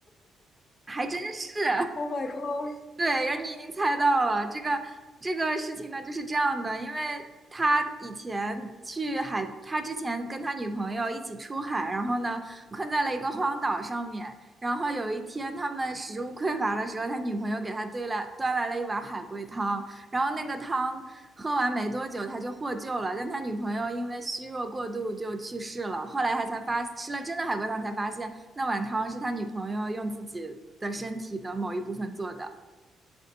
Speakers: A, on the right; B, on the left.
A: <laughs> 还真是。
B: ！Oh my god！
A: 对，然后你已经猜到了这个这个事情呢，就是这样的，因为他以前去海，他之前跟他女朋友一起出海，然后呢困在了一个荒岛上面，然后有一天他们食物匮乏的时候，他女朋友给他兑了端来了一碗海龟汤，然后那个汤喝完没多久他就获救了，但他女朋友因为虚弱过度就去世了，后来他才发吃了真的海龟汤才发现那碗汤是他女朋友用自己的身体的某一部分做的。